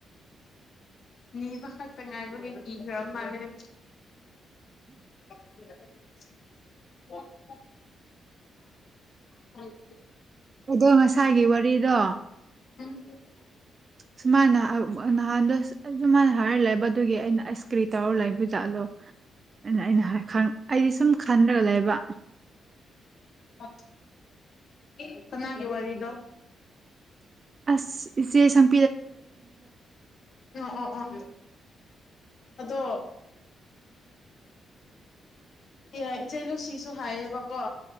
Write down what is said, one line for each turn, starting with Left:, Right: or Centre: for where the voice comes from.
Left: ꯅꯤꯕ ꯈꯛꯇ ꯉꯥꯏꯕꯒꯤ ꯀꯤꯈ꯭ꯔ ꯃꯥꯂꯦ ꯇꯤꯛ ꯆꯤꯛ ꯀꯥꯏꯗꯒꯤ
Right: ꯑꯗꯣ ꯉꯁꯥꯏꯒꯤ ꯋꯥꯔꯤꯗꯣ
Left: ꯋꯦꯄꯅꯦ
Right: ꯁꯨꯃꯥꯏꯅ ꯑꯥ ꯅꯍꯥꯟꯗꯣ ꯑꯗꯨꯃꯥꯏꯅ ꯍꯥꯏꯔ ꯂꯩꯕ ꯑꯗꯨꯒꯤ ꯑꯩꯅ ꯑꯥꯏꯁ ꯀ꯭ꯔꯤ ꯇꯧꯔ ꯂꯩ ꯖꯥꯠꯂꯣ ꯑ ꯑꯩꯅ ꯑꯩꯗꯤ ꯁꯨꯝ ꯈꯟꯔꯒ ꯂꯩꯕ
Left: ꯋꯥꯠ ꯎ ꯀꯅꯥꯒꯤ ꯋꯥꯔꯤꯗꯣ
Right: ꯑꯁ ꯏꯆꯦ ꯁꯝ
Left: ꯎ ꯑꯣ ꯑꯣ ꯑꯗꯣ ꯑꯦ ꯏꯆꯦ ꯂꯨꯁꯤꯁꯨ ꯍꯥꯏꯌꯦꯕꯀꯣ